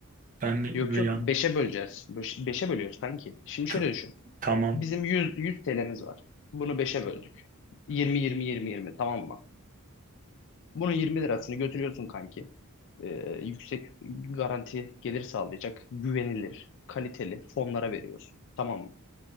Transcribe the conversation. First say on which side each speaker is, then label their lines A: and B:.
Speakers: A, on the right (about 35°); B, on the left (about 55°).
A: Ben mi
B: Yok yok
A: yani
B: beşe böleceğiz. Beş, beşe bölüyoruz kanki. Şimdi
A: t-
B: şöyle düşün.
A: tamam
B: Bizim 100, 100 TL'miz var. Bunu beşe böldük. 20 20 20 20 tamam mı? Bunun 20 lirasını götürüyorsun kanki. E, yüksek garanti gelir sağlayacak, güvenilir, kaliteli fonlara veriyorsun. Tamam mı?